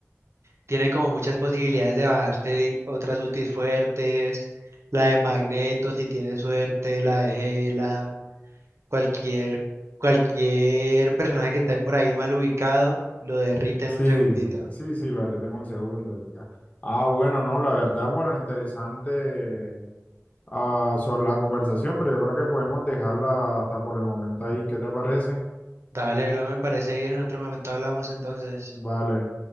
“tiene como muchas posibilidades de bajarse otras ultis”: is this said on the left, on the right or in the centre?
Right